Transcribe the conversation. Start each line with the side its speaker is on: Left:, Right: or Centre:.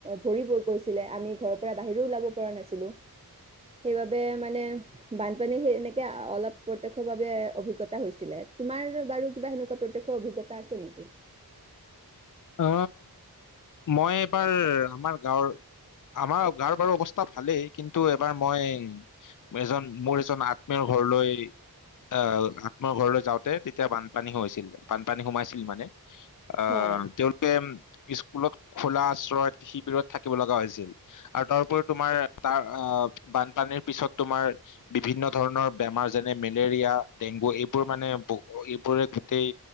Right: ভৰি পৰিছিলে আমি ঘৰৰ পৰা বাহিৰও ওলাব পৰা নাছিলো সেইবাবে মানে বানপানী স এনেকে অলপ প্ৰত্যয়ক্ষ বাবে অভিজ্ঞতা হৈছিলে, তোমাৰ বাৰু কিবা সেনেকুৱা প্ৰত্যক্ষ অভিজ্ঞতা আছে নেকি?
Left: অ, মই এবাৰ আমাৰ গাঁৱৰ, আমাৰ গাঁৱৰ বাৰু অৱস্থা ভালেই কিন্তু এবাৰ মই এজন মোৰ এজন আত্মীয়ৰ ঘৰলৈ, আহ আত্মীয়ৰ ঘৰলৈ যাওঁতে তেতিয়া বানপানী হৈছিল বানপানী সোমাইছিল মানে। অ।
Right: হয়
Left: তেওঁলোকে, স্কুলত খোলা আশ্ৰয় শিবিৰত থাকিব লগা হৈছিল আৰু তাৰোপৰি তোমাৰ তাৰ আহ বানপানীৰ পিছত তোমাৰ বিভিন্ন ধৰণৰ বেমাৰ যেনে মেলেৰিয়া, ডেংগু এইবোৰ মানে ব এইবোৰে গোটেই